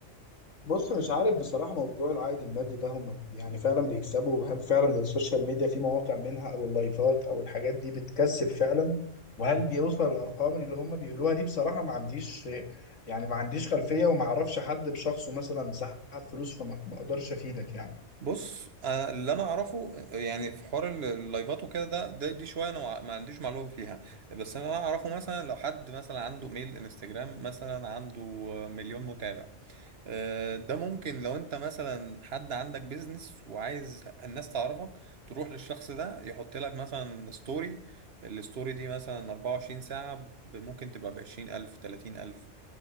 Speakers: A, on the left (about 80°); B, on the right (about 55°).
A: بص مش عارف بصراحه موضوع العائد المادي ده هم يعني فعلا بيكسبوا هل فعلا السوشيال ميديا في مواقع منها او اللايفات او الحاجات دي بتكسب فعلا وهل بيوصل الارقام اللي هم بيقولوها دي بصراحه ما عنديش يعني ما عنديش خلفيه وما اعرفش حد بشخصه مثلا سحب فلوس فما ما اقدرش افيدك يعني
B: بص آه، اللي انا اعرفه آه، يعني في حوار ال- اللايفات وكده ده, ده دي شويه انا ما ما عنديش معلومه فيها بس انا اعرفه مثلا لو حد مثلا عنده ميل انستجرام مثلا عنده آه، مليون متابع آه، ده ممكن لو انت مثلا حد عندك بيزنس وعايز الناس تعرفك تروح للشخص ده يحط لك مثلا ستوري الستوري دي مثلا 24 ساعه ب- ممكن تبقى ب 20000 30000